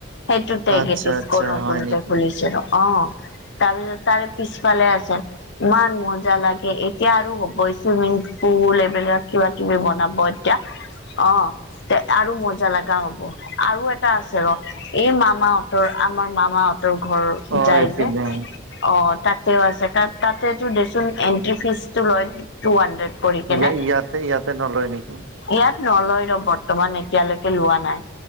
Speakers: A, on the left; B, on the right.
A: সেটোতেই
B: আচ্ছা
A: গেটিচক
B: আচ্ছা
A: নতুনকে
B: হয় নেকি
A: খুলিছে ন' অ, তাৰপিছত তাৰে পিছফালে আছে ইমান মজা লাগে। এ এতিয়া আৰু হবই চুইমিং পুল এইবিলাক কিবা-কিবি বনাব এতিয়া অ, এ আৰু মজা লগা হ'ব আৰু এটা আছে ৰ' এই মামাহঁতৰ আমাৰ মামাহঁতৰ ঘৰ
B: অ
A: যাই
B: এইপিনে
A: যে অ, তাতেও আছে কাৰণ তাতেতো দেচোন এণ্ট্ৰি ফিজটো লয় টু হানড্ৰেড পঢ়িকিনে।
B: ইয়া ইয়াতে ইয়াতে নলয় নেকি
A: ইয়াত নলয় ৰ' বৰ্তমান এতিয়ালৈকে লোৱা নাই।